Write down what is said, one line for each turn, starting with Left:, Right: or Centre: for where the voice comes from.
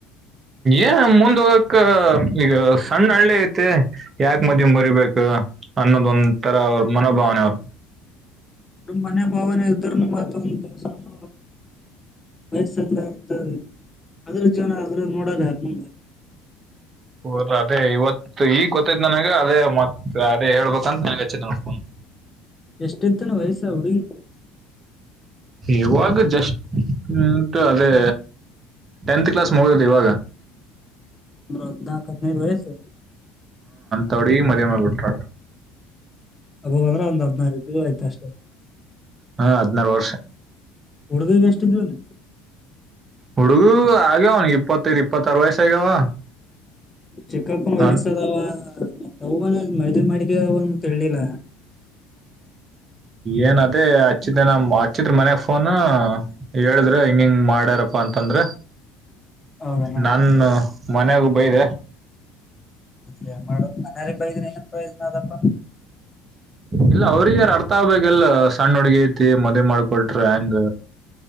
Right: ಏ ಮುಂದ್ ಹೋಗಕ್ಕ ಈಗ ಸಣ್ಣ ಹಳ್ಳಿ ಐತೆ ಯಾಕ ಮದ ಮುರಿಬೇಕ ಅನ್ನೋದ ಒಂದ ತರ ಅವ್ರ ಮನೋಭಾವನೆ ಅವರು
Left: ನ ಮನೆ ಭಾವನೆ ಇದರುನು ಮತ್ ಒಂದು ಸಣ್ಣ ವಯಸ್ಸಲ್ಲ ಇರ್ತ ಅದ್ರ ಜೀವನ ಆದದ್ರ ನೋಡ್ರ ಯಾರ ನಂಗ
Right: ಹರ ಅದೇ ಇವತ್ತು ಈಗ್ ಗೊತ್ತೈ್ ನನಗ ಅದೇ ಮತ್ತತ್ ಅದೇ ಹೇಳ್ಬೇಕಂತ ನನ್ಗ್ ಹಚ್ಚಿದ ನೋಡ್ ಫೋನ್
Left: ಎಷ್ಟೆತ್ತನ ವಯಸ್ಸ ಹುಡುಗಿ
Right: ಇವಾಗ ಜಸ್ಟ್ಂತು ಅದೇ ಟೆಂತ್ ಕ್ಲಾಸ್ ಮುಗೋದು ಇವಾಗ
Left: ಅದ್ನಾಕ್ ಅನೈದ್ ವಯ್ಸು
Right: ತೋಡಿ ಮದುವೆ ಮಾಡ್ಬಿಟ್ರು
Left: ಹಬ್ಬಂದ್ರ ಒಂದ್ ಹದ್ನಾರ ಆಯ್ತ ಅಷ್ಟೇ
Right: ಹಾ ಹದಿನಾರು ವರ್ಷ
Left: ಹುಡ್ಗಗೆ ಎಷ್ಟ ಇದ್ರುಲ್ಲ
Right: ಹುಡುಗು ಆಗ್ಯಾವನ್ಗೆ ಇಪ್ಪತ್ತೈದು ಇಪ್ಪತ್ತಾರ ವಯಸ್ಸ ಆಗ್ಯಾವ
Left: ಚಿಕ್ಕಪ್ಪ ವಯಸ್
Right: ಅನ್
Left: ಅದಾವ ಅವನು ಮದ್ವೆ ಮಾಡಿಕ ಅವನು ತಿಳ್ಲಿಲ್ಲ
Right: ಏನ ಅದೇ ಹಚ್ಚಿದ ನ ಹಚ್ಚಿದ್ರ ಮನ್ಗ್ ಫೋನ್ ಹೇಳಿದ್ರ ಹಿಂಗ ಹಿಂಗ್ ಮಾಡ್ಯಾರ <unintelligible> ಅಂತಂದ್ರೆ
Left: ಹೌದನ.
Right: ನಾನು ಮನೆಗ ಬೈದೆ
Left: ಹೆನ್ ಮಾಡೋದು ಮನೆಯವರಿಗೆ ಬೈದರೆ ಏನ್ ಪ್ರಯೋಜನ ಅ ಆದಪ್ಪಾ
Right: ಇಲ್ಲ ಅವ್ರಗ ಯಾರು ಅರ್ಥ ಆಗ್ಬೇಕಲ್ಲ ಸಣ್ಣ ಹುಡ್ಗಿ ಐತಿ ಮದುವೆ ಮಾಡ್ಕೊಟ್ರ ಹೆಂಗ